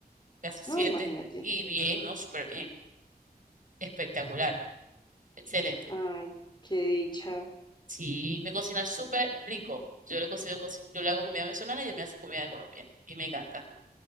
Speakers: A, on the right (about 55°); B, on the left (about 25°).
A: casi siete,
B: No, imagínate.
A: y bien, ¿no? Súper bien, espectacular, excelente.
B: Ay, qué dicha.
A: Sí, me cocina súper rico. Yo le cocino, coci- yo le hago comida venezolana y ella me hace comida de Colombia, y me encanta.